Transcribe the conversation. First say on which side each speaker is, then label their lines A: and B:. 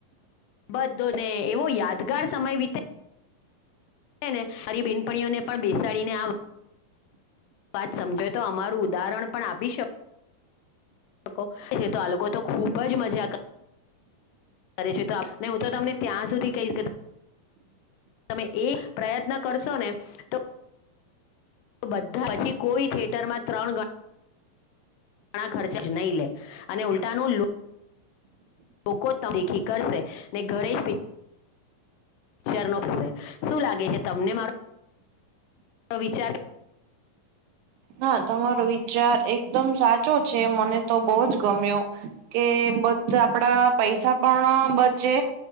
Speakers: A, on the left; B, on the right.
A: બધો ને એવો યાદગાર સમય વિતે હે ને હરી બેનપણીઓ ને પણ બેસાડીને આવ વાત સમજાય તો અમારું ઉદાહરણ પણ આપી શ કો કે આ લોકો તો ખુબ જ મજા કર કરે છે તો ને અને હું તો તમને ત્યાં સુધી કહીશ કે તમે એ પ્રયત્ન કરશો ને તો બધા પછી કોઈ થિેટરમાં ત્રણ ગ ણા ખર્ચે જ નઈ લે, અને લે ઉલટાનું લો લોકો જ <unintelligible> ત દેખી કરશે ને ઘરે જ <inaudible> શું લાગે છે તમને મારો વિચાર
B: હા તમારો વિચાર એકદમ સાચો છે મને તો બહુ જ ગમ્યો કે બધ આપડા પૈસા પણ બચે